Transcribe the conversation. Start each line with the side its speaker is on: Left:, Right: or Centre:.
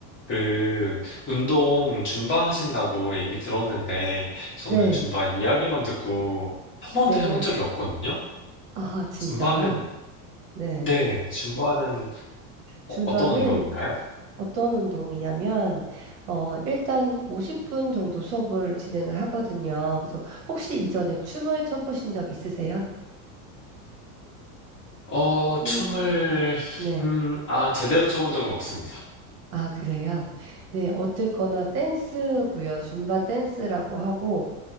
Left: 그, 운동 줌바 하신다고 얘기 들었는데, 저는
Right: 네,
Left: 줌바 이야기만 듣고 한 번도
Right: 네.
Left: 해본 적이 없거든요?
Right: 아, 진짜요?
Left: 줌바는,
Right: 네.
Left: 네, 줌바는
Right: 줌바는
Left: 어, 떤 운동인가요?
Right: 어떤 운동이냐면, 어, 일단 50분 정도 수업을 진행을 하거든요. 그래서 혹시 이전에 춤을 춰보신 적 있으세요?
Left: 어, 춤을,
Right: 춤? 네.
Left: 음, 아, 제대로 춰본 적은 없습니다.
Right: 아, 그래요? 네. 어쨌거나 댄스고요. 줌바 댄스라고 하고,